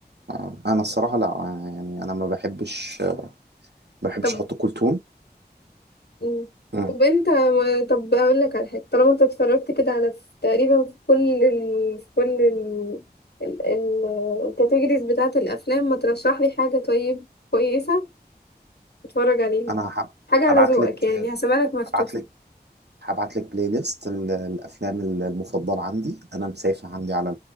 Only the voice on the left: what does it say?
طب
مم.
طب انت ما- طب اقول لك على حاجه طالما انت اتفرجت كده على في- تقريبا في كل ال... في كل ال... ال... ال... الكاتيجوريز بتاعه الافلام ما ترشح لي حاجه طيب كويسه اتفرج عليها
حاجه على
ذوقك
يعني هسيبها لك مفتوحه